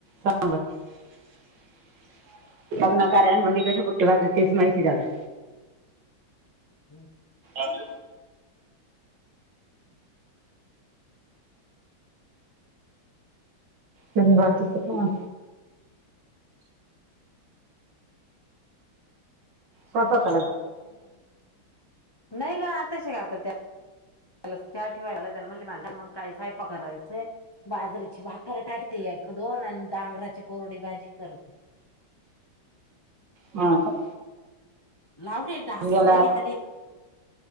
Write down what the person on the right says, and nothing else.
सां <unintelligible> लग्नाकार्यांमध्ये कसे पुट्टे घालतात तेच माहिती त्याला.
आज. नाही बाकीच
केव्हा? तर तर.
हा का?
गेला